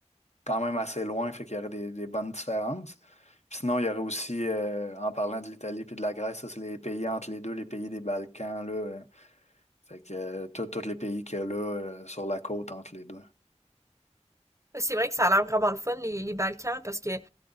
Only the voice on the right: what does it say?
C'est vrai que ça a l'air vraiment le fun, les, les Balkans, parce que, tu